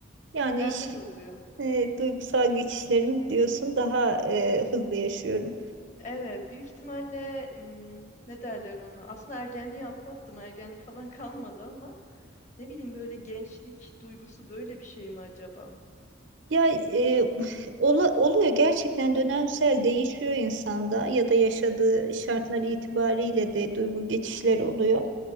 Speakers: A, on the right; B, on the left.
A: Yani
B: Bende
A: iş-
B: de oluyor.
A: e, duygusal geçişlerim diyorsun daha e, hızlı yaşıyorum.
B: Evet, büyük ihtimalle hmm, ne derler ona? Aslında ergenliği atlattım. Ergenlik falan <laughs> kalmadı ama ne bileyim böyle gençlik duygusu böyle bir şey mi acaba?
A: Ya e, <laughs> ola- oluyor gerçekten dönemsel değişiyor insanda ya da yaşadığı şartlar itibariyle de duygu geçişleri oluyor.